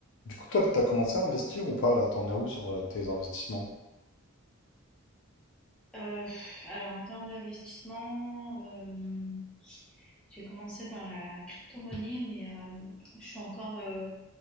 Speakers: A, on the left (about 60°); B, in the centre.
A: Du coup, toi, t'as commencé à investir ou pas là? T'en as où sur euh, tes investissements?
B: Heu, alors en termes d'investissement, hem, j'ai commencé dans la crypto-monnaie, mais, hem, je suis encore, heu,